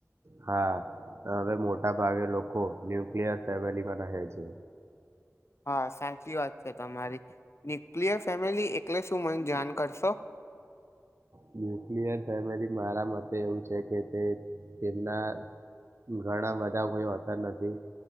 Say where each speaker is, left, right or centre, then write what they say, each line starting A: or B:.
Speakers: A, on the right; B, on the left.
A: હા હવે મોટા ભાવે લોકો ન્યુક્લિયર ફેમિલીમાં રહે છે
B: હા સાચી વાત છે તમારી ન્યુક્લિયર ફેમિલી એટલે શું મને જાણ કરશો
A: બ <inaudible> ન્યુક્લિયર ફેમિલી મારા મતે એવું છે કે તે તેમના ઘણા બધા કોઈ હોતા નથી